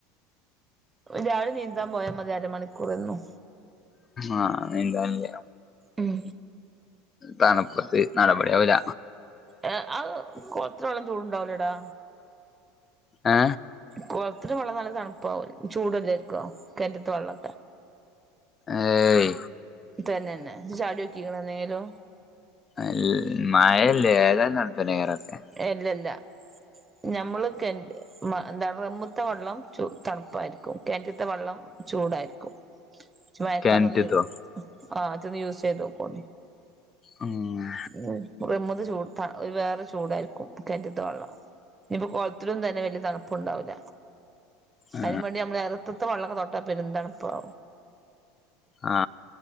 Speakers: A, on the right; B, on the left.
A: രാവിലെ നീന്താമ്പോയാമതി അരമണിക്കൂർ എന്നും
B: ആഹ് നീന്താൻല്ലേ
A: ഉം
B: തണുപ്പത്ത് നടപടി ആവുല
A: ഏ അഹ് കൊൾത്തിലെ വള്ളം ചൂട്ണ്ടാവുലടാ
B: ഏ
A: കൊൾത്തിലെ വള്ളം നല്ല തണുപ്പാവു ചൂടെല്ലായിര്ക്കൊ കെൻറ്റ്ത്തെ വള്ളം
B: ഏയ്
A: തന്നെന്നെ ഇജ് ചാട്യോക്കിക്ക്ണോ ന്നേലും
B: അൽ മയല്ലേ ഏതായലും തൺ പ്പെന്നൈക്കാരം ഒക്കെ
A: എല്ലല്ലാ ഞമ്മൾക്കെൻറ്റി മ എന്താൺ ട്രമ്മ്ത്തെ വള്ളം ചോ തൺപ്പായിര്ക്കും കെൻറ്റ്ത്തെ വള്ളം ചൂടായിര്ക്കും വൈൽ
B: കിണറ്റത്തോ
A: കാൽതൊന്ന് യൂ അഹ് അതൊന്ന് യൂസീ തോക്കോണ്ടി
B: ആഹ്
A: ഉം റമ്മ്ത്തെചൂട് തൺ ഒര് വേറെ ചൂടായ്ര്ക്കും കെൻറ്റ്ത്തെ വള്ളം ഇഞിപോ കൊൾത്തിലും തന്നെ വല്യയ തൺപ്പുണ്ടാവുല
B: ആ
A: അയിനും മാണ്ടി ഞമ്മള് എറത്ത്ത്തെ വള്ളക്കെ തൊട്ടാ പെരും തണ്പ്പാവും
B: ആ